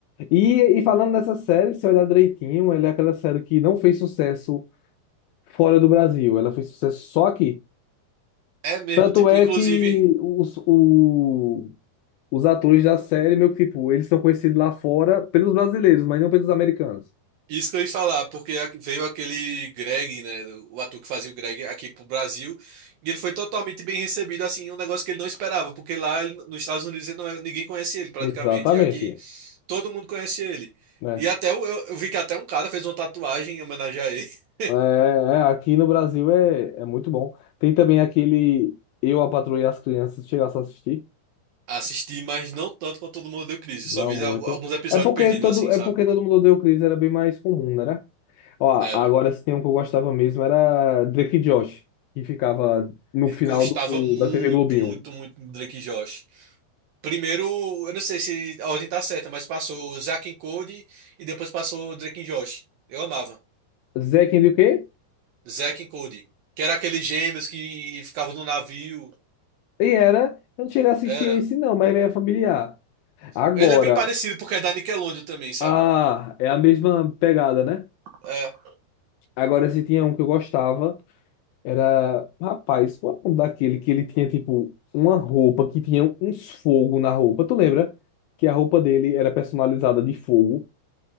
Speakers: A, on the left; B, on the right.
A: E, e falando dessa série, se olhar direitinho, ela é aquela série que não fez sucesso fora do Brasil, ela fez sucesso só aqui.
B: É mesmo,
A: Tanto
B: tipo,
A: é
B: inclusive,
A: que os, o- os atores da série, meio que tipo, eles são conhecidos lá fora pelos brasileiros, mas não pelos americanos.
B: isso que eu ia falar, porque a- veio aquele Greg, né, o ator que fazia o Greg aqui pro Brasil, e ele foi totalmente bem recebido, assim, um negócio que ele não esperava, porque lá ele- nos Estados Unidos ele não é- ninguém conhece ele praticamente,
A: Exatamente,
B: e aqui todo mundo conhece ele.
A: né?
B: E até o- eu, eu vi que até um cara fez uma tatuagem em homenagem a ele. <laughs>
A: É, é, aqui no Brasil é, é muito bom. Tem também aquele Eu, a Patroa e as Crianças, chegasse a assistir?
B: Assisti, mas não tanto quanto todo mundo deu crise,
A: Não
B: só vi
A: muito.
B: al- alguns episódios
A: É porque
B: perdidos,
A: todo,
B: assim,
A: é
B: sabe?
A: porque todo mundo odeia o Chris, era bem mais comum, né? né? Ó,
B: Era.
A: agora se tem um que eu gostava mesmo era Drake e Josh, que ficava no
B: Eu
A: final
B: gostava
A: do,
B: muito,
A: da TV Globinho.
B: muito, muito do Drake e Josh. Primeiro, eu não sei se a ordem tá certa, mas passou o Zack and Cody e depois passou o Drake and Josh. Eu amava.
A: Zack and o quê?
B: Zack and Cody. Que era aqueles gêmeos que ficavam no navio.
A: E era, eu não cheguei a assistir
B: Era.
A: esse não, mas é familiar. Agora,
B: Ele é bem parecido porque é da Nickelodeon também, sabe?
A: ah, é a mesma pegada, né?
B: É.
A: Agora se tinha um que eu gostava. Era, rapaz, qual é o nome daquele que ele tinha, tipo, uma roupa que tinha uns fogo na roupa? Tu lembra? Que a roupa dele era personalizada de fogo.